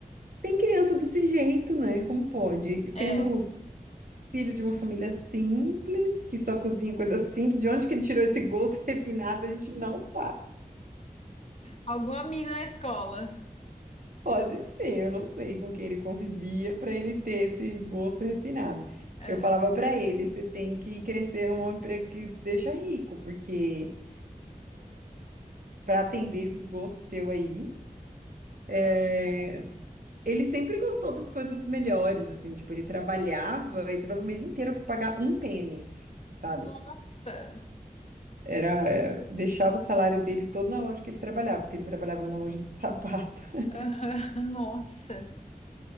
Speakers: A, on the right (about 70°); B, on the left (about 45°).
A: Tem criança desse jeito, né? Como pode? Sendo
B: É.
A: filho de uma família simples, que só cozinha coisa simples, de onde que ele tirou esse gosto <laughs> refinado, a gente não sabe.
B: Algum amigo da escola.
A: Pode ser, eu não sei com quem ele convivia para ele ter esse gosto refinado.
B: Aham.
A: Eu falava para ele, você tem que crescer um emprego que te deixa rico, porque para atender esses gostos seu aí, eh,
B: É.
A: Ele sempre gostou das coisas melhores, assim, tipo, ele trabalhava, ele trabalhava o mês inteiro para pagar um tênis, sabe?
B: Nossa.
A: Era, é, deixava o salário dele todo na loja que ele trabalhava, porque ele trabalhava numa loja de sapato. <laughs>
B: Aham. <laughs> Nossa.